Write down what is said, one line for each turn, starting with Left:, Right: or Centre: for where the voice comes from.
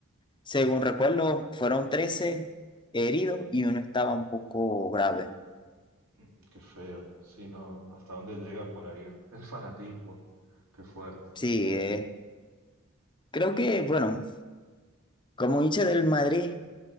Left: según recuerdo, fueron trece heridos y uno estaba un poco grave.
Right: Mm, Qué feo. Sí, no, hasta dónde llega por ahí el, el fanatismo. Qué fuerte.
Left: Sí, eh, creo que, bueno, como hincha del Madrid,